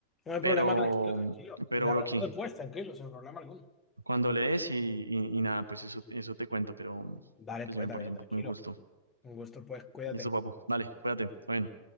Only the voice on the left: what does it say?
No hay
problema, tranquilo, tranquilo.
Le
hablamos después, tranquilo, sin problema alguno.
Dale,
pues,
también,
tranquilo.
Un gusto, pues, cuídate.